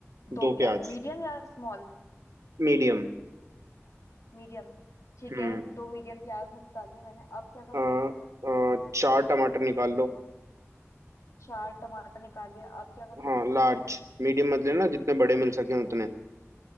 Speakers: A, on the left (about 80°); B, on the right (about 80°).
A: दो
B: दो
A: प्याज
B: प्याज
A: मीडियम या स्मॉल
B: मीडियम
A: मीडियम ठीक
B: हम्म
A: है दो मीडियम प्याज निकाल ली मैंने अब क्या करूँ
B: अ, अ, चार टमाटर निकाल लो
A: चार टमाटर निकाल लिया अब क्या करूँ
B: हाँ लार्ज मीडियम मत लेना जितने बड़े मिल सके उतने